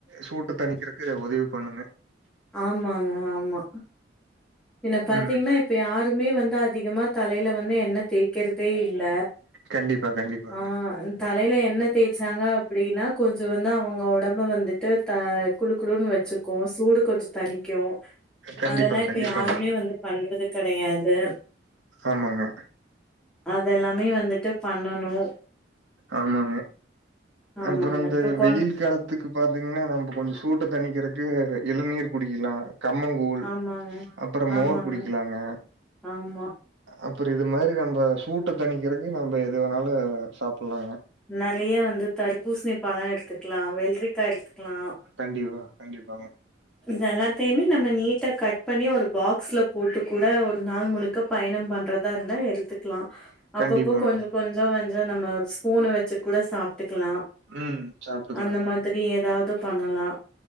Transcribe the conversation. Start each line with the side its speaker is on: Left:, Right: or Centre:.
Right: சூட்டு தணிக்கிறக்கு இது உதவி பண்ணுங்க
Centre: ஆமாங்க ஆமா என்ன பாத்தீங்னா
Right: ம்
Centre: இப்ப யாருமே வந்து அதிகமா தலையில வந்து எண்ன தேக்கற்தே இல்ல
Right: கண்டிப்பா கண்டிப்பாங்க
Centre: ஆ தலையில என்ன தேச்சாங்க அப்புடினா கொஞ்ச வந்து அவங்க ஒடம்பு வந்து டு த குலு குலுன்னு வச்சுக்கு சூடு கொஞ்ச தனிக்கு
Right: கண்டிப்பா
Centre: அதல்லா இப்
Right: கண்டிப்பாங்க
Centre: யாருமே வந்து பண்றது கடையாது
Right: ஆமாங்க
Centre: அதல்லாமே வந்துட்டு பண்ணனு
Right: ஆமாங்க
Centre: ஆமாங்க
Right: அப்பற இந்த
Centre: இப்ப கொழ
Right: வெய்யில் காலத் இதுக்கு பாத்தீங்னா நம்ப கொஞ்ச சூட்ட தணிக்கிறக்கு இளநீர் குடிக்கிலா கம்மங் ஊல்
Centre: ஆமாங்க
Right: அப்பற
Centre: ஆமாங்க
Right: மோர் குடிக்கிலாங்க
Centre: ஆமா
Right: அப்புற இது மாரி நம்ப சூட்ட தணிக்கிறக்கு நம்ம எது வேணாலு சாப்புல்லாங்க
Centre: நறைய வந்து தரப்பூஸ்ணி பழ எடுத்துக்லா வெல்ரிக்கா எடுத்து க்லா
Right: கண்டிப்பா கண்டிப்பாங்க
Centre: இதல்லா பெயுமே நம்ம நீட்டா கட் பண்ணி ஒரு பாக்ஸ்ல போட்டு கூட ஒரு நாள் முழுக் க்க பயணம் பண்றதா இருந்தா எடுத்துக்லா அப்பப்போ
Right: கண்டிப்பாங்க
Centre: கொஞ்ச கொஞ்ச வஞ்ச நம்ம ஒரு ஸ்பூன வச்சு கூட சாப்ட்டுக்லா
Right: ம் சாப்ட்டுக்கலாங்க
Centre: அந்த மா துரி ஏதாவ்து பண்ணலா